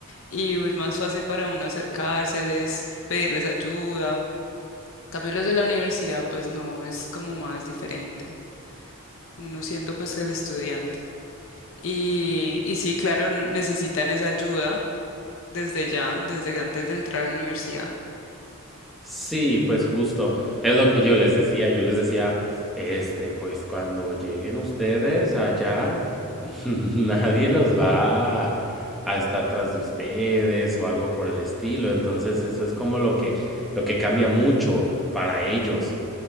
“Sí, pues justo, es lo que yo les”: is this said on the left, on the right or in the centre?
Centre